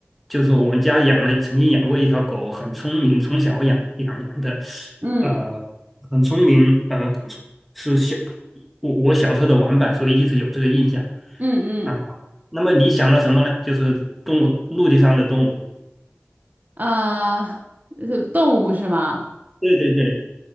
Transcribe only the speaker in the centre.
就是我们家养了，曾经养过一条狗，很聪明，从小养养养的，
呃，很聪明，呃，是小我我小时候的玩伴，所以一直有这个印象
啊。那么你想到什么呢？就是动物，陆地上的动物。
对对对，